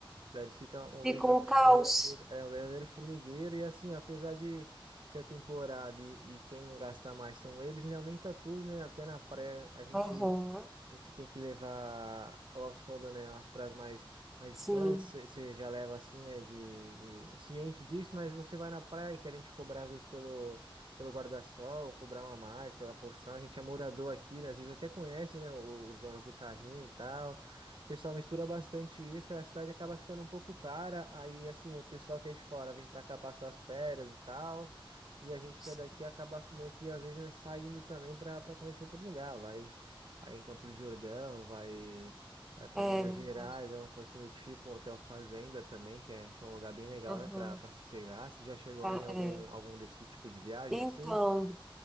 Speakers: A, on the right (about 60°); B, in the centre.
A: cidade fica um
B: Ficou
A: verda-
B: um caos.
A: um verdadeiro, é, um verdadeiro formigueiro, e assim, apesar de ser a temporada e, e quem gasta mais são eles, né, aumenta tudo, né? Até na praia a gente.
B: Aham.
A: A gente tem que levar, lá você falou, né, umas praias mais, mais
B: Sim.
A: distantes, você já leva assim, né, de, de- ciente disso, mas você vai na praia e querem te cobrar às vezes pelo, pelo guarda-sol, cobrar uma a mais pela porção, a gente é morador aqui, né, às vezes até conhece, né, o- os donos do carrinho e tal, o pessoal mistura bastante isso, aí a cidade acaba ficando um pouco cara, aí assim, o pessoal que é de fora vem pra cá passar as férias e tal, e a gente
B: Sim.
A: que é daqui acaba assim, meio que às vezes, né, saindo também pra, pra conhecer outro lugar, vai aí em Campos do Jordão, vai, vai para
B: É
A: Minas
B: verdade.
A: Gerais, é uma coisa assim do tipo, um hotel fazenda também, que é, que é um lugar bem legal,
B: Aham.
A: né, para para sossegar. Você já chegou
B: Tá,
A: aí em algum,
B: é.
A: algum desse tipo de viagem
B: Então.
A: assim?